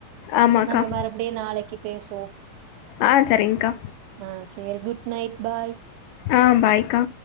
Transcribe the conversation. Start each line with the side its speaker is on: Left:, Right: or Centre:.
Left: ஆமாக்கா
Right: நம்ம மறுபடியு நாளைக்கி பேசுவோ
Left: ஆ சரிங்க்கா
Right: ஆ சேரி குட் குட் நைட் பாய்
Left: ஆ பாய்க்கா